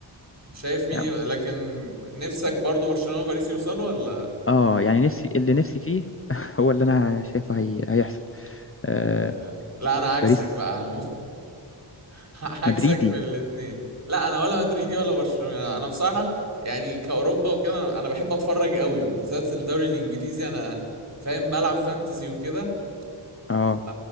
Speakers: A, on the right; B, on the left.
A: شايف مين
B: يعني
A: ي... لكن نفسك برضو برشلونه وباريس يوصلوا ولا
B: اه يعني نفسي اللي نفسي فيه <laughs> هو اللي انا شايفه هي... هيحصل آه
A: آه... لا انا عكسك
B: باريس
A: بقى يا عمو <laughs> عكسك
B: مدريدي
A: في الاثنين لا انا ولا مدريدي ولا برشلونه انا بصراحه يعني كاوروبا وكده انا أنا بحب اتفرج قوي وبالذات الدوري الانجليزي انا فاهم بلعب فانتزي وكده
B: اه
A: ف...